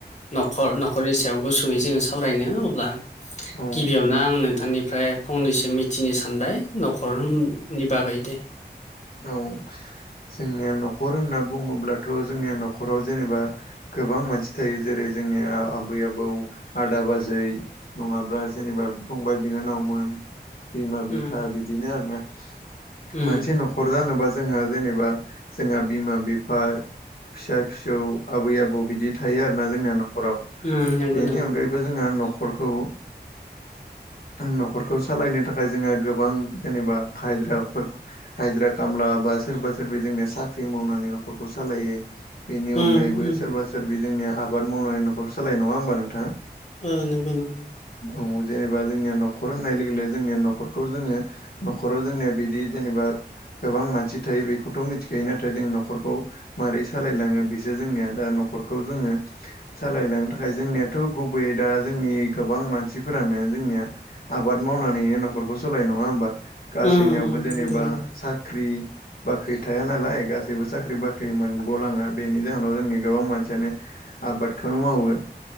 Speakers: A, on the left; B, on the left.
A: न'खर न'खरनि सायाव गुसुङै जोङो सावरायनो अब्ला।
B: औ
A: गिबियावनो आं नोंथांनिफ्राय फंनैसो मिथिनो सानबाय। न'खरनि बागै दे।
B: औ जोंनिया न'खर होनना बुङोब्लाथ' जोंनिया न'खराव जेनेबा गोबां मानसि थायो जेरै जोंनिया आबै आबौ बौ आदा बाजै नङाब्ला जेनेबा फंबाय बिनानावमोन बिमा
A: उम
B: बिफा बिदिनो आरो ना
A: उम
B: मोनसे न'खर खर जानोबा जोंहा जेनेबा जोंहा बिमा बिफा फिसा फिसौ आबै आबौ बिदि थायो आरोना जोंना न'खराव।
A: उम नंगौ
B: बेनि
A: नंगौ
B: अनगायैबो बो जोंहा न'खरखौ न'खरखौ सालायनो थाखाय जोङो गोबां जेनेबा <unintelligible> हाजिरा खामला बा सोरबा सोरबि जोंनिया साख्रि मावनानै न'खरखौ सालायो। बेनि
A: उम
B: अनगायैबो
A: उम
B: सोरबा सोरबि जोंनिया आबाद मावनानै नखर सालायो नङा होमबा नोंथां।
A: ओ नंगौ नंगौ।
B: औ जेनेबा जोंनिया न'खर होननाय लोगो लोगो जोंनिया न'खरखौ जोङो न'खराव जोंनिया बिदि जेनेबा गोबां मानसि थायो बेखौथ' मिथिखायो। नाथाय जों न'खरखौ मारै सालायलाङो बिसो जोंनिया दा न'खरखौ जोङो सालायलांनो थाखाय जोंनियाथ' गुबैयै दा जोंनि गोबां मानसिफोरानो जोंनिया आबाद मावनानैनो न'खरखौ सालायो नङा होमबा गासैनियावबो
A: उम उम
B: जेनेबा
A: नंगौ नंगौ
B: साख्रि बाख्रि थाया नालाय गासैबो साख्रि बाख्रि मोनग'लाङा बेनि जाहोनाव जोंनि गोबां मानसियानो आबादखौनो मावो